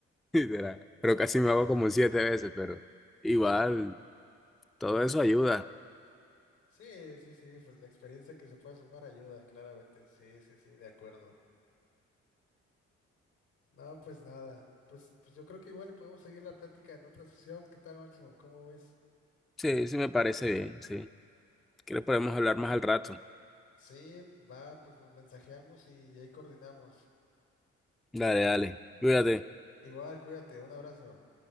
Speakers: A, in the centre; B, on the left.
A: literal. Pero casi me hago como siete veces, pero igual, todo eso ayuda.
B: sí, sí, sí, pues la experiencia que se pueda sumar ayuda, claramente. Sí, sí, sí, de acuerdo. No, pues nada, pues, pues yo creo que igual y podemos seguir la plática en otra sesión. ¿Qué tal, Máximo? ¿Cómo ves?
A: Sí, sí me parece bien, sí. ¿Quieres podemos hablar más al rato?
B: Sí, va, pues nos mensajeamos y ahí coordinamos.
A: Dale, dale. Cuídate.
B: Igual, cuídate, un abrazo.